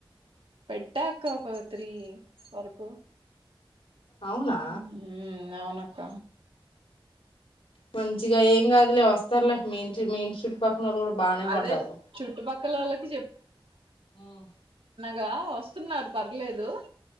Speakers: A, on the right; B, on the left.
A: పెట్టా అక్క ఒక త్రీ వరకు
B: అవునా
A: హ్ అవున క్క
B: మంచిగా ఏం కాదులే వస్తారులే మీ ఇంటి మీ ఇంటి చుట్టుపక్కనోళ్ళు కూడా బానే
A: అదే
B: కొంటారు గా
A: చుట్టుపక్కలోళ్ళకి
B: మ్
A: గా వస్తున్నారు పర్లేదు